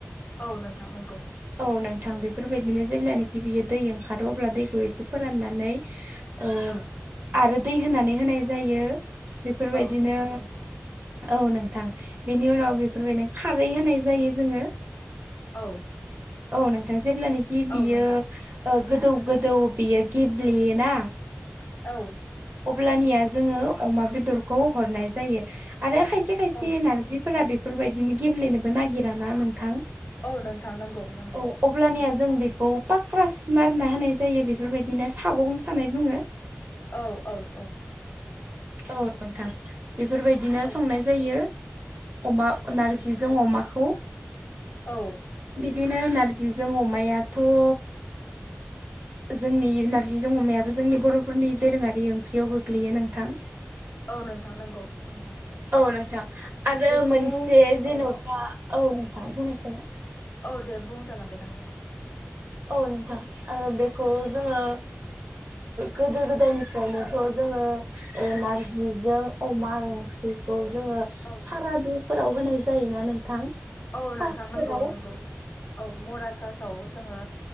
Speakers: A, on the left; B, on the right.
A: औ नोंथां नगौ।
B: औ नोंथां बेफोरबायदिनो जेब्लानाखि बियो दै ओंखारो अब्ला दैखौ एसे फोराननानै ओ
A: औ
B: आरो दै होनानै होनाय जायो बेफोरबायदिनो
A: औ नोंथां नंगौ
B: औ नोंथां बेनि उनाव बेफोरबायदिनो खारै होनाय जायो। जोंङो
A: औ
B: औ नोंथांङा जेब्लानोखि
A: औ
B: बियो
A: नोंथां
B: अ गोदौ गोदौ बियो गेब्लेयो ना
A: औ
B: अब्लानिया जोंङो अमा बेदरखौ हरनाय जायो आरो खायसे खायसे
A: औ
B: नारजिफोरा बेफोरबायदिनो गेब्लेनोबो नागिरा ना नोंथां
A: औ नोंथां नंगौ नंगौ
B: औ अब्लानिया
A: नंगौ
B: जों बे खौ पाक्रास मारना होनाय जायो बेफोरबायदिनो सागं सानाय बुंङो
A: औ औ औ
B: औ नोंथां बेफोरबायदिनो
A: औ
B: संनाय जायो अमा नारजि जों अमाखौ
A: औ
B: बिदिनो नारजिजों अमायाथ' ओ जोंनि नारजि ज अमायाबो जोंनि बर'फोरनि दोरोङारि ओंख्रियाव गोग्लैयो नोंथां
A: औ नोंथां नंगौ नंगौ
B: औ नोंथां आरो
A: बेखौ
B: मोनसे जेनेबा
A: औ
B: औ नोंथां बुंनोसै
A: औ दे बुंजागोन दे नोंथाङा
B: औ नोंथां बेखौ जोङो गोदो गोदायनिफ्रायनोथ' जोङो नारजिजों अमा ओंख्रिखौ जोङो
A: औ
B: सारादुफोराव होनाय जायोना नोंथां
A: औ नोंथां
B: कासफोराव
A: नंगौ नंगौ औ मराकासाव जोङो